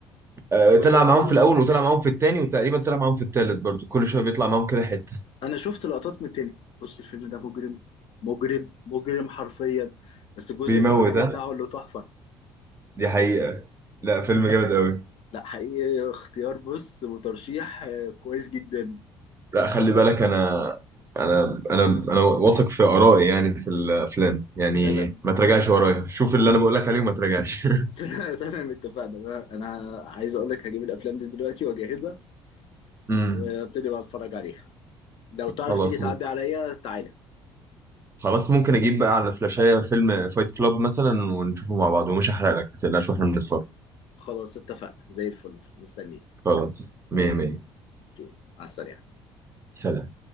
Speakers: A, on the right; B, on the left.
A: آه،
B: في الجزء
A: طلع
B: التاني
A: معاهم في الاول وطلع معاهم في التاني وتقريبا طلع معاهم في التالت برضو كل شويه بيطلع معاهم كده حته
B: انا شفت لقطات من التاني بص الفيلم ده مجرم مجرم مجرم حرفيا بس الجزء
A: بيموت
B: الاولاني
A: ها
B: بتاعه اللي تحفه
A: دي حقيقه لا فيلم جامد قوي
B: لا حقيقي اختيار بص وترشيح آه، كويس جدا
A: لا خلي بالك انا انا انا انا واثق في ارائي يعني في الافلام يعني
B: لا لا
A: ما تراجعش ورايا شوف اللي انا بقول لك عليه وما تراجعش
B: <laughs> تمام اتفقنا انا أنا عايز اقول لك هجيب الافلام دي دلوقتي واجهزها
A: <laughs> امم
B: وابتدي بقى اتفرج عليها لو تعرف
A: خلاص
B: تيجي تعدي عليا تعالى
A: خلاص ممكن اجيب بقى على فلاشايه فيلم فايت كلاب مثلا ونشوفه مع بعض ومش هحرق لك ما تقلقش واحنا بنتفرج
B: خلاص اتفقنا زي الفل مستنيك
A: خلاص مية مية
B: اوكي مع السلامه
A: سلام